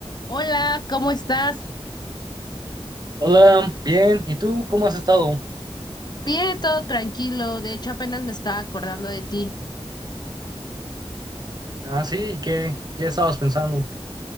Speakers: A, on the left; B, on the right.
A: Hola, ¿cómo estás?
B: Hola, bien. ¿Y tú cómo has estado?
A: Bien, todo tranquilo. De hecho, apenas me estaba acordando de ti.
B: Ah, sí, ¿qué, qué estabas pensando?